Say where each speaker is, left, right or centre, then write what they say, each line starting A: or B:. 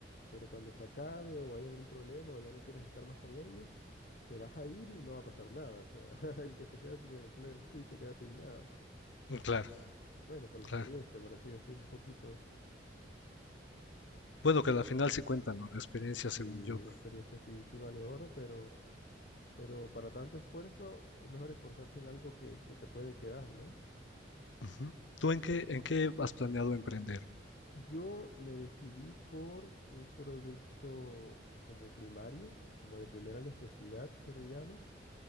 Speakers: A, on the left; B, on the left.
A: pero cuando se acabe o haya algún problema o ya no quieras estar más con ellos, te vas a ir y no va a pasar nada. O sea, <laughs> el que se queda sin el empleo eres tú y se queda sin nada.
B: Claro,
A: Bueno, con la
B: claro.
A: experiencia, por así decir, un poquito.
B: Bueno, que al final sí cuenta, ¿no? La experiencia, según
A: Y
B: yo.
A: la experiencia sí, sí vale oro, pero, pero para tanto esfuerzo es mejor esforzarse en algo que, que te puede quedar, ¿no?
B: Ujú. ¿Tú en qué, en qué has planeado emprender?
A: Yo me decidí por un producto como primario, como de primera necesidad se le llama,